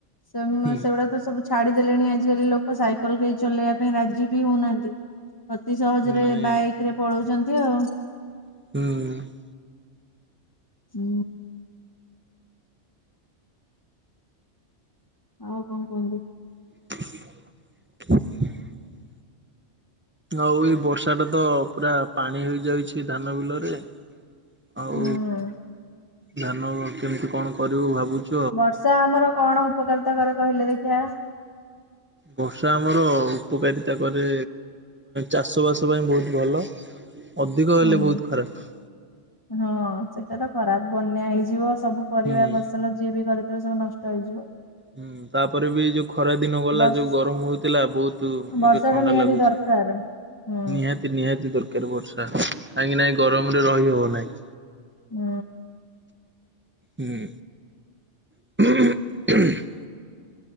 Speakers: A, on the left; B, on the right.
A: ସେ
B: ହୁଁ
A: ସେଗୁଡା ତ ସବୁ ଛାଡିଦେଲେଣି ଆଜିକାଲି ଲୋକ ସାଇକେଲ କେହି ଚଲେଇବା ପାଇଁ ରାଜି ବି ହଉନାହାନ୍ତି। ଅତି ସହଜରେ
B: ନାଇଁ
A: ବାଇକ ରେ ପଳଉଛନ୍ତି ଆଉ।
B: ହୁଁ।
A: କି। ଆଉ କଣ କୁହନ୍ତୁ।
B: <unintelligible> ଆଉ ଏଇ ବର୍ଷା ଟା ତ ପୁରା ପାଣି ହେଇଯାଇଛି ଧାନ ବିଲରେ। ଆଉ
A: ହୁଁ
B: ଧାନ କେମିତି କଣ କରିବୁ ଭାବୁଛିୁ।
A: ବର୍ଷା ଆମର କଣ ଉପକାରିତା କରେ କହିଲେ ଦେଖିବା
B: ବର୍ଷା ଆମର ଉପକାରିତା କରେ ଚାଷବାସ ପାଇଁ ବହୁତ ଭଲ ଅଧିକ ହେଲେ
A: ହୁଁ।
B: ବହୁତ ଖରାପ।
A: ହଁ ସେଟା ତ ଖରାପ ବନ୍ୟା ହେଇଯିବ ସବୁ ପରିବା
B: ହୁଁ
A: ଫସଲ ଯିଏ ବି କରିଥିବ ସବୁ ନ ତ ଯିବ
B: ହୁଁ ତାପରେ ବି ଯୋଉ ଖରା ଦିନ ଗଲା
A: ବର୍ଷ
B: ଯୋଉ ଗରମ ହଉଥିଲା ବହୁତ
A: ବର୍ଷା
B: ଏବେ ଥଣ୍ଡା
A: ଟା ନିହାତି
B: ଲାଗୁଛି
A: ଦରକାର ହୁଁ
B: ନିହାତି ନିହାତି ଦରକାର ବର୍ଷା କାହିଁକି ନାହି ଗରମରେ ରହିହବ ନାହିଁ।
A: ହୁଁ।
B: ହୁଁ ହଁ ହ।